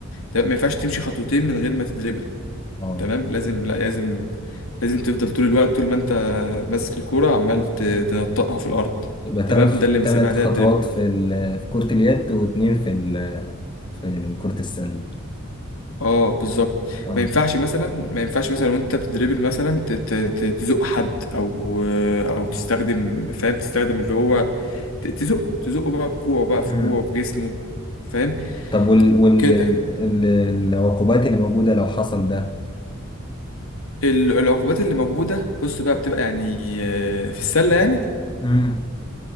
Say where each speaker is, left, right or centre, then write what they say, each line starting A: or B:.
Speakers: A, on the left; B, on the left.
A: تمام ما ينفعش تمشي خطوتين من غير ما تدريبل
B: اه
A: تمام لازم لا لازم لازم تفضل طول الوقت طول ما انت ماسك الكورة عمال ت- تنطقها في الأرض
B: يبقى
A: تمام
B: ثلاث
A: ده اللي بنسميها
B: ثلاث خطوات
A: ده الدريبل
B: في ال... في كرة اليد واثنين في ال... في كرة السلة
A: اه بالظبط
B: اه
A: ما ينفعش مثلا ما ينفعش مثلا وانت بتدريبل مثلا ت- ت- ت- تزق حد او او تستخدم فاهم تستخدم اللي هو ت- تزقه تزقه بقى بكوعه بقى في
B: امم
A: جوعه بجسمه فاهم
B: طب وال... وال...
A: كده
B: ال- العقوبات اللي موجودة لو حصل ده
A: ال- العقوبات اللي موجودة بص بقى بتبقى يعني آه، في السلة يعني
B: امم